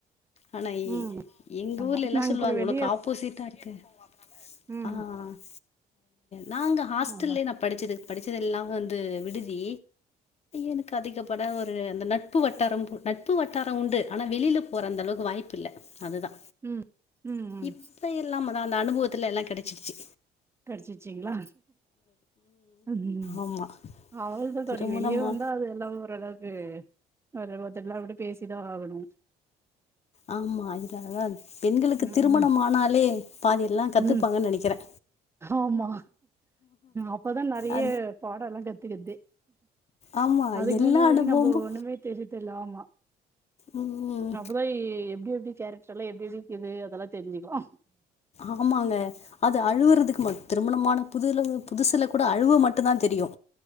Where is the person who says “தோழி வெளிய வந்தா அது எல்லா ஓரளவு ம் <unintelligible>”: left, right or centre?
Right